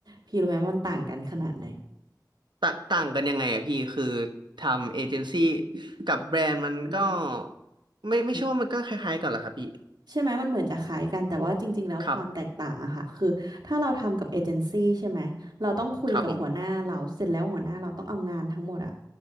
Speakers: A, on the right; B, on the right.
A: พี่รู้ไหมว่ามันต่างกันขนาดไหน
B: ตะต่างกันยังไงอะพี่คือทำเอเจนซี่กับแบรนด์มันก็ไม่ไม่ใช่ว่ามันก็คล้ายๆกันเหรอครับพี่
A: ใช่ไหมมันเหมือนจะคล้ายกันแต่ว่าจริงๆแล้วความแตกต่างอะค่ะคือถ้าเราทำกับเอเจนซี่ใช่ไหมเราต้องคุยกับหัวหน้าเราเสร็จแล้วหัวหน้าเราต้องเอางานทั้งหมดอะ
B: ครับครับผม